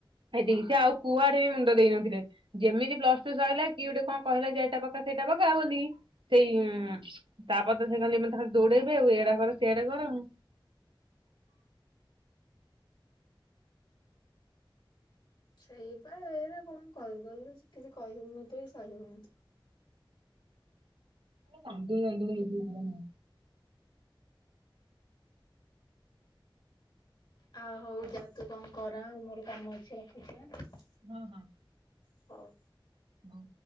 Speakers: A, on the right; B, on the left.
A: ହେତିକି ସେ ଆଉ କୁଆଡେ ବି ମୁଣ୍ଡ ଦେଇନଥିଲେ ଯେମିତି ପ୍ଲସ ଟୁ ସଇଲା କିଏ ଗୋଟେ କଣ କହିଲା ଯେ ଏଇଟା ପକା ସେଇଟା ପକା ବୋଲି ସେଇ ଉଁ ତାପରେ ତ ସେ ଖାଲି ମାନେ ତ ଖାଲି ଦୌଡେଇବେ ଆଉ ଏଇ ଆଡା କର ସେଆଡା କର ଆଉ।
B: ସେଇବା ଏଇରେ କଣ କହିବୁ କହିଲୁ ସେ କିଛି କହି ହଉ ନଥିବ କି ସହି ହଉ ନ ଥିବ।
A: ହୁଁ <inaudible> କାନ୍ଦୁଣି ବାନ୍ଦୁଣି ହେଇଯିବୁ <unintelligible>
B: ଆଉ ହଉ ଯାଆ ତୁ କଣ କର ଆଉ ମୋର କାମ ଅଛି ରଖୁଛି ଏଁ।
A: ହଁ ହଁ।
B: ହଉ।
A: ହଉ।